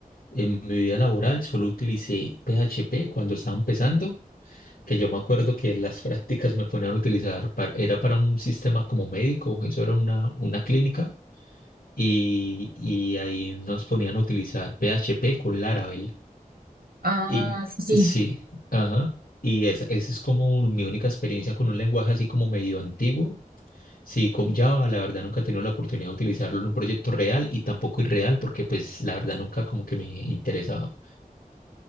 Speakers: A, on the left; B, on the right.
A: en mi vida laboral solo utilicé PHP cuando estaba empezando, que yo me acuerdo que las <laughs> prácticas me ponían a utilizar, pa- era para un sistema como médico, eso era una, una clínica, y, y ahí nos ponían a utilizar PHP con Laravel.
B: Ah,
A: Y
B: sí, sí,
A: sí, ajá, y esa, esa es como mi única experiencia con un lenguaje así como medio antiguo Sí, con Java la verdad nunca he tenido la oportunidad de utilizarlo en un proyecto real y tampoco irreal porque pues la verdad nunca como que me interesaba.